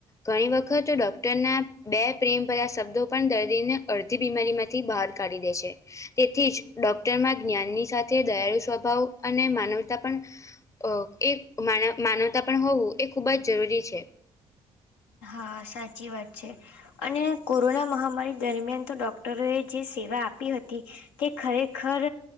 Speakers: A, on the left; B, on the left.
A: ઘણી વખત ડોક્ટરના બે પ્રેમ ભર્યા શબ્દો પણ દર્દી ને અડધી બીમારી માંથી બહાર કાઢી દે છે. તેથી જ ડોક્ટરમાં જ્ઞાનની સાથે દયાળુ સ્વભાવ અને માનવતા પણ અ એક માન માનવતા પણ હોવું એ ખૂબ જ જરૂરી છે.
B: હ સાચી વાત છે અને કોરોના મહામારી દરમિયાન તો ડૉક્ટર અવે જે સેવા આપી હતી તે ખરેખર